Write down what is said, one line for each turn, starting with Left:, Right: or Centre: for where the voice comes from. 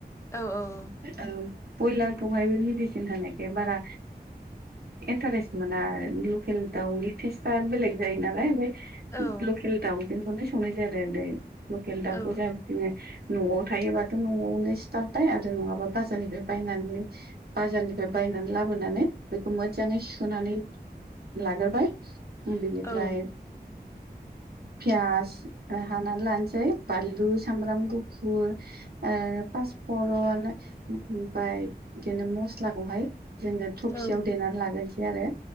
Left: औ औ औ।
Right: औ ब्रयलारखौहाय बे मेडिसिन होनायखाय बारा इन्टारेस्ट मोना लकेल दाउनि टेस्ट दा बेलेग जायो नालाय <unintelligible>
Left: औ
Right: लकेल दाउजोंखौनो संनाय जायो <unintelligible> लकेल दाउखौ
Left: औ
Right: जा
Left: औ
Right: जोङो न'आव थायोबाथ' न'आवनो सिथारबाय आरो नङाबा बाजारनिफ्राय बायनानै बाजारनिफ्राय बायनानै लाबोनानै बेखौ मोजाङै सुनानै लाग्रोबाय। बिनिफ्राइ
Left: औ
Right: पियास हानानै लानोसै बानलु सामब्राम गुफुर। ओ पासफरन ओमफाय बिदिनो मस्लाखौहाय जोङो थबसियाव
Left: औ
Right: देनानै लाग्रोनोसै आरो